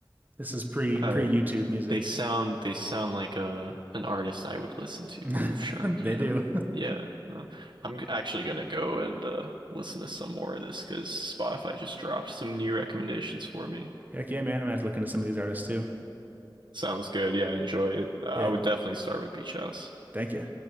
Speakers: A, on the right (about 20°); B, on the right (about 70°).
A: This is pre
B: I
A: pre YouTube music.
B: They sound they sound like a an artist I would listen to,
A: <laughs>
B: Groove Shark,
A: They
B: you
A: do.
B: know. Yeah, no. I'm g- actually gonna go and uh listen to some more of this because Spotify just dropped some new recommendations for me.
A: <laughs> Heck yeah, man. I'm gonna have to look into some of these artists too.
B: Sounds good. Yeah, enjoy it. I
A: Yeah.
B: would definitely start with Beach House.
A: Thank you.